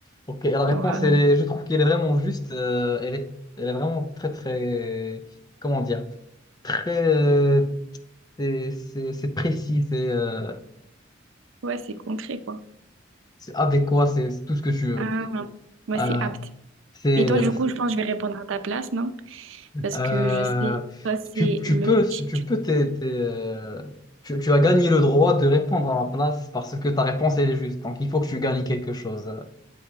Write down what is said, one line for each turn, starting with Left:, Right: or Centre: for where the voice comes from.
Left: Ok, la réponse,
Right: Voilà.
Left: elle est- je trouve qu'elle est vraiment juste. euh, elle est, elle est vraiment très, très, comment dire, très, euh, c'est c'est- c'est précis, c'est euh,
Right: Ouais, c'est concret, quoi.
Left: c'est adéquat, c'est c'est tout ce que tu veux.
Right: Ah, ouais,
Left: Euh,
Right: c'est apte.
Left: c'est
Right: Et toi, du coup, je pense que je vais répondre à ta place, non? Parce
Left: Euh,
Right: que je sais, toi, c'est
Left: tu, tu
Right: le
Left: peux,
Right: tic.
Left: tu peux t'es- t'es, euh, tu, tu as gagné le droit de répondre à ma place parce que ta réponse elle est juste. Donc il faut que tu gagnes quelque chose. Euh,